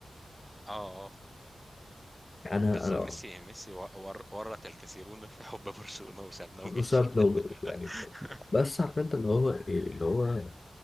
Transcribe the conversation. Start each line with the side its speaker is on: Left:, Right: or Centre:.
Centre: اه اه
Left: انا
Centre: بالظبط
Left: انا
Centre: ميسي ميسي ور- ورط الكثيرون في حب برشلونة وسابنا ومشي
Left: وساب لو يعني
Centre: <laughs>
Left: بس عارف انت اللي هو ايه اللي هو